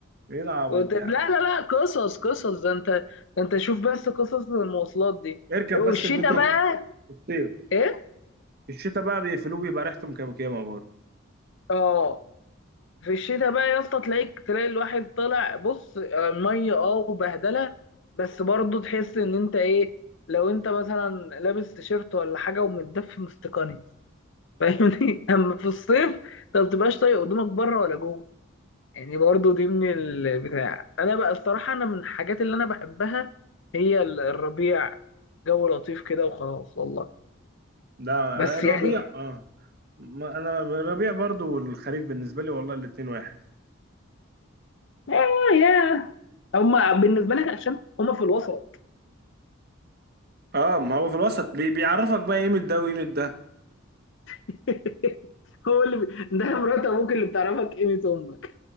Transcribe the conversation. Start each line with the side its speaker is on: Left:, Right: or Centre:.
Right: ايه العبط ده
Left: طب
Right: يا عم
Left: لا لا لا قصص قصص ده انت ده انت شوف بس قصص المواصلات دي
Right: اركب
Left: والشتاء
Right: بس المترو
Left: بقى
Right: في الصيف
Left: ايه
Right: في الشتاء بقى بيقفلوه بيبقى ريحته مكمكمه برضه
Left: اه في الشتاء بقى يا اسطى تلاقيك تلاقي الواحد طالع بص آه، ميه اه وبهدله بس برضه تحس ان انت ايه لو انت مثلا لابس تيشيرت ولا حاجه ومتدفي مستقني فاهمني <laughs> اما في الصيف انت ما بتبقاش طايق هدومك بره ولا جوه يعني برضو دي من البتاع انا بقى الصراحه انا من الحاجات اللي انا بحبها هي ال- الربيع جو لطيف كده وخلاص والله
Right: لا
Left: بس
Right: الربيع
Left: يعني
Right: اه ما انا الربيع برضه والخريف بالنسبه لي والله الاتنين واحد
Left: اه يا هما بالنسبه لك عشان هما في الوسط
Right: اه ما هو في الوسط بي بيعرفك بقى قيمة ده وقيمة ده
Left: <laughs> هو اللي بي- ده مرات ابوك اللي بتعرفك قيمه امك